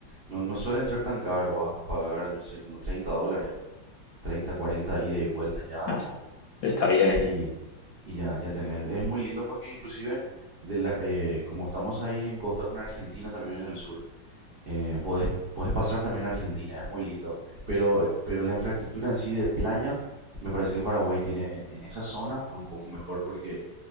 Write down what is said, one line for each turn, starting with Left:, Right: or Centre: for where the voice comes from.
Right: no, no suelen ser tan caro vas a pagar, no sé, como treinta dólares 30 40 ida y vuelta ya.
Left: Ah, es-
Right: o-
Left: está bien.
Right: Sí, y ya, ya tenés. Es muy lindo porque inclusive, de la, eh, como estamos ahí en costa con Argentina, también en el sur, eh, podés, podés pasar también a Argentina, es muy lindo. Pero, eh, pero la infraestructura en sí de playa, me parece que Paraguay tiene en, en esa zona un poco mejor porque